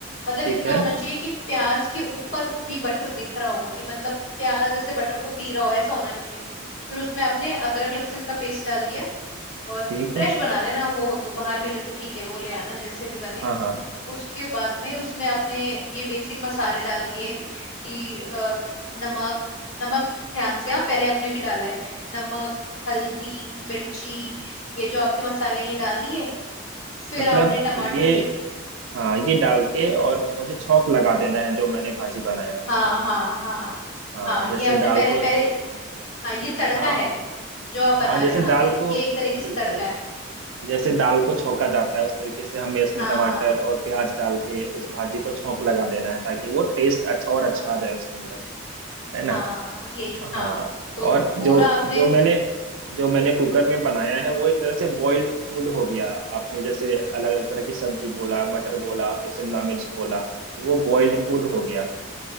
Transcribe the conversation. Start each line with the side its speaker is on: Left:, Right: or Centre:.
Left: मतलब
Right: ठीक
Left: इतना
Right: है
Left: होना चाहिए कि प्याज के ऊपर भी बटर दिख रहा हो कि मतलब प्याज ऐसे बटर को पी रहा हो ऐसा होना चाहिए फिर उसमें आपने अदरक लहसुन का पेस्ट डाल दिया और
Right: ठीक
Left: फ्रेश बना लेना वो हो तो बाहर मिले तो ठीक है वो ले आना जैसे भी बने
Right: हाँ हाँ
Left: उसके बाद में उसमें आपने ये बेसिक मसाले डाल दिए कि अ, नमक नमक ध्यान से हाँ पहले आपने भी डाला है नमक हल्दी मिर्ची ये जो आपके मसाले हैं ये डाल दिए फिर
Right: मतलब
Left: आपने टमाटर
Right: ये
Left: की
Right: हाँ ये डाल के
Left: हम्म?
Right: और मुझे छौंक लगा देना है जो मैंने भाजी बनाया है उसका
Left: हाँ हाँ हाँ
Right: हाँ
Left: हाँ ये
Right: जैसे
Left: आपने
Right: दाल
Left: पहले
Right: को
Left: पहले हाँ ये तड़का
Right: हाँ
Left: है जो आप
Right: हाँ
Left: बना
Right: जैसे
Left: रहे हो ना
Right: दाल
Left: अभी
Right: को
Left: ये एक तरीके से
Right: बिल्कुल
Left: तड़का है
Right: जैसे दाल को छौंका जाता है उस तरीके से हमें इसमें
Left: हाँ
Right: टमाटर
Left: हाँ
Right: और प्याज डाल के उस भाजी को छौंक लगा देना है ताकि वो टेस्ट अच्छा और अच्छा
Left: हाँ
Right: आ जाए उसके अंदर है ना
Left: हाँ यही हाँ
Right: हाँ
Left: तो
Right: और
Left: पूरा
Right: जो
Left: आपने
Right: जो मैंने जो मैंने कुकर में बनाया है वो एक तरह से बॉइल्ड फूड हो गया आपने जैसे अलग अलग तरह की सब्जी बोला मटर बोला फिर शिमला मिर्च बोला तो वो बॉइल्ड फूड हो गया